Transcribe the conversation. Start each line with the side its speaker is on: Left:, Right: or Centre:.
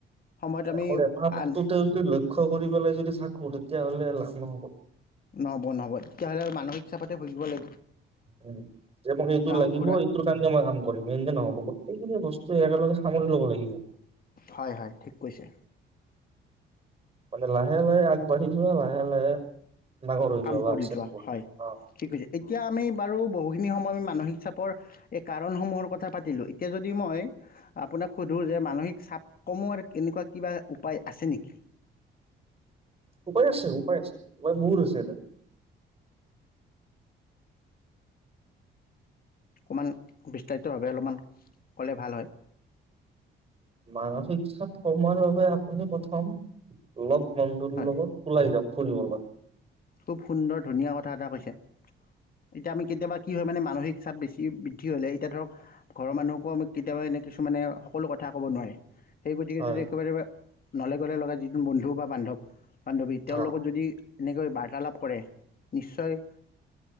Left: সময়ত আমি
Right: হয়ো এটা বস্তুতে
Left: আন
Right: যদি লক্ষ্যয় কৰি পেলাই যদি থাকো। তেতিয়াহ'লে লাভ নহ'ব।
Left: নহ'ব নহ'ব তেতিয়াহ'লে মানসিক। চাপতে ভুগিব লাগিব
Right: উ যে মোক এইটো
Left: গ্ৰাহক
Right: লাগিব
Left: ঘূৰা
Right: এইটোৰ কাৰণে মই কাম কৰিম এনেকে নহ'ব গোটেইখিনি বস্তু। ত একেলগে সামৰি ল'ব লাগিব।
Left: হয় হয় ঠিক কৈছে
Right: মানে লাহে লাহে আগ। বাঢ়ি যোৱা লাহে লাহে ডাঙৰ হৈ
Left: কাম
Right: যোৱা বা
Left: কৰি
Right: আছেনেক
Left: হয়
Right: অ।
Left: ঠিক কৈছে এতিয়া আমি বাৰু বহুখিনি সময় মানসিক চাপৰ এই কাৰণসমূহৰ কথা পাতিলো। এতিয়া যদি মই আপোনাক সোধো যে মানসিক চাপ কমোৱাৰ কেনেকুৱা কিবা উপায় আছে নেকি?
Right: উপাই আছে উপায় আছে উপায় বহুত আছে।
Left: অকণমান বিস্তাৰিতভাৱে অলপমান ক'লে ভাল হয়।
Right: মানসিক চাপ কমোৱাৰ বাবে আপুনি প্ৰথম লগ। বন্ধুৰ
Left: হয়
Right: লগত ওলাই যাওঁক। পৰিিবল <unintelligible>
Left: খুব সুন্দৰ ধুনীয়া কথা এটা কৈছে। এতিয়া আমি কেতিয়াবা কি হয় মানে মানসিক চাপ বেছি বৃদ্ধি হ'লে এতিয়া ধৰক ঘৰৰ মানুহকো আমি কেতিয়াবা এনে কিছু মানে সকলো কথা ক'ব নোৱাৰে। সেই গতিকে
Right: হয়
Left: যদি একেবাৰে নলেগ। ন'লে গ'লে লগা যিটো বন্ধু বা বান্ধৱ। বান্ধৱী তেওঁৰ
Right: অ'।
Left: লগত যদি। তেনেকৈ বাহি তালাপ কৰে। নিশ্বয়